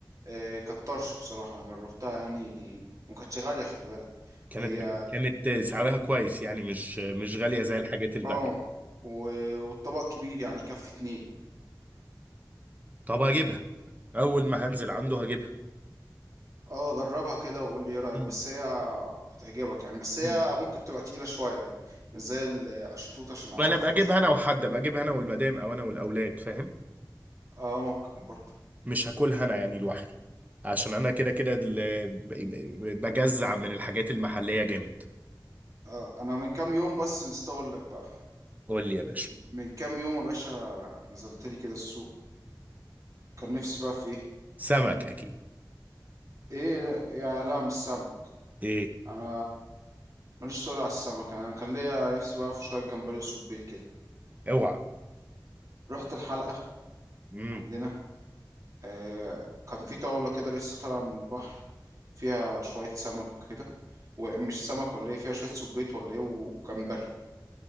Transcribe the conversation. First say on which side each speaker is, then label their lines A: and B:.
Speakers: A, on the right; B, on the right.
A: آه، كانت طرش بصراحة انا جربتها يعني وما كانتش غالية خلي بالك
B: كانت
A: هي
B: ب... كانت سعرها كويس يعني مش مش غاليه زي الحاجات الباقيه
A: اه و- والطبق كبير يعني يكفي اتنين
B: طب هجيبها اول ما هنزل عنده هجيبها
A: اه جربها كده وقول لي ايه رأيك
B: مم.
A: بس هي هتعجبك يعني بس هي
B: مم.
A: ممكن تبقى تقيلة شوية يعني مش زي القشطوطة عشان اخف
B: ما انا ابقى
A: القشطوطة
B: اجيبها انا وحد ابقى اجيبها انا والمدام او انا والاولاد فاهم
A: اه ممكن برضه
B: مش هاكلها انا يعني لوحدي عشان انا كده كده ال- ب- ب- بجزع من الحاجات المحلية جامد
A: آه انا من كام يوم بس نسيت اقول لك بقى
B: قول لي يا باشا
A: من كام يوم يا باشا نزلت لي كده السوق كان نفسي بقى في ايه
B: سمك اكيد
A: ايه يا لا مش سمك
B: ايه
A: انا ماليش تقول على السمك انا كان ليا نفسي بقى في شوية جمبري وسبيت كده
B: اوعى
A: رحت الحلقة
B: امم
A: عندنا آه، كان في طاولة كده لسه طالعة من البحر فيها شوية سمك وكده ومش سمك ولا ايه فيها شوية سبيط ولا ايه وجمبري